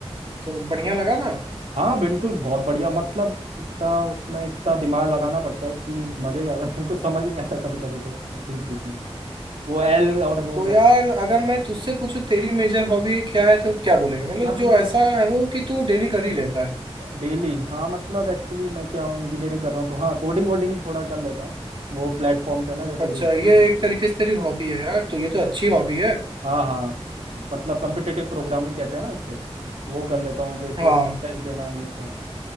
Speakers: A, on the right; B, on the right.
A: तो बढ़िया लगा था
B: हाँ बिल्कुल बहुत बढ़िया मतलब इतना उसमें इतना दिमाग लगाना पड़ता है कि मजा ही आ जाता है कुछ समझ नहीं आता कभी कभी तो बीच बीच में वो एल और वो
A: तो
B: करके
A: यार अगर मैं तुझसे पूछूं तेरी मेजर हॉबी क्या है तो क्या बोलेगा मतलब
B: मतलब
A: जो ऐसा है वो कि तू डेली कर ही लेता है
B: डेली हाँ मतलब एक्चुअली मैं क्या इंजीनियरिंग कर रहा हूँ तो हाँ कोडिंग वोडिंग थोड़ा कर लेता हूँ वो प्लेटफॉर्म्स है ना जैसे
A: अच्छा
B: लीड कोड
A: ये एक तरीके से तेरी हॉबी है यार तो ये तो अच्छी हॉबी है
B: हाँ हाँ मतलब कम्पिटिटिव प्रोग्रामिंग कहते हैं ना जैसे वो कर लेता हूँ जैसे
A: हाँ
B: टेस्ट देना ये सब